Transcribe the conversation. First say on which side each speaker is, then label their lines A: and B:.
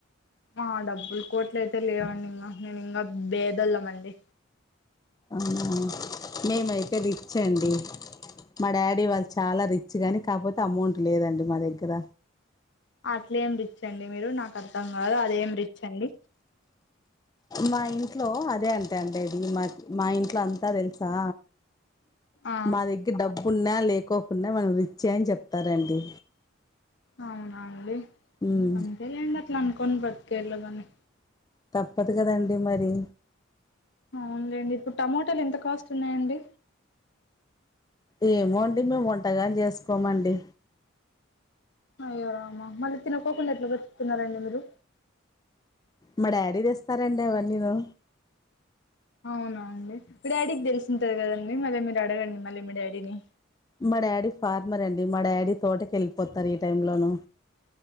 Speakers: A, on the left; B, on the left.
A: ఆ డబ్బులు కోట్ల అయితే లేవండి ఇంగ నేను ఇంకా బేదోళ్ళమండి
B: ఆ మేమైతే రిచ్చండి మా డాడీ వాళ్ళు చాలా రిచ్ గాని కాకపోతే అమౌంట్ లేదండి మా దగ్గర
A: అట్లే ఏం రిచ్ అండి మీరు నాకు అర్థం కాదు అదేం రిచ్ అండి
B: మా ఇంట్లో అదే అంటే అండి ఇది మా మా ఇన్ ట్ అంతా తెల్సా
A: ఆ
B: మా దగ్గర డబ్బున్నా లేకోకున్ మనం రిచ్చే అని చెప్తారండి
A: అవునండి
B: ఉమ్
A: అంతేలేండి అట్లా అనుకోను బ్రతికేయల్ల గాని
B: తప్పత్ కదండి మరి
A: అవున్లేండి ఇప్పుడు టమోటాలు ఎంత కాస్ట్ ఉన్నాయండి
B: ఏమోండి మేము వంటగాన్ చేసుకోమండి
A: అయ్యోరామా మళ్ళీ తినకోకుండ ఎట్లా బతుకుతున్నారండి మీరు
B: మా డాడీ తెస్తారండి అవన్నీను
A: అవునా అండి మీ డాడీకి తెలిసింటది కదండి మళ్ళీ మీరు అడగండి మళ్ళీ మీ డాడీని
B: మా డాడీ ఫార్మర్ అండి మా డాడీ తోటక్ ఎల్పోతారు ఈ టైం లోను